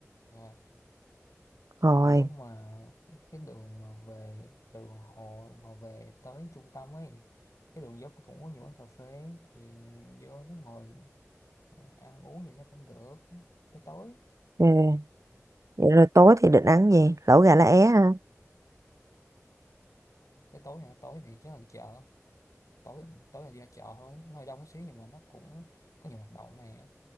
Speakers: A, on the left; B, on the right.
A: rồi
B: rồi
A: và lúc mà cái đường mà về từ hồ mà về tới trung tâm ấy cái đường dốc cũng có nhiều quán cà phê thì vô nó ngồi à, ăn uống gì nó cũng được tới tối
B: ok. vậy rồi tối thì định ăn gì lẩu gà lá é ha
A: tới tối hả tối thì chắc là chợ tối tối là đi ra chợ thôi nó hơi đông một xíu nhưng mà nó cũng có nhiều hoạt động nè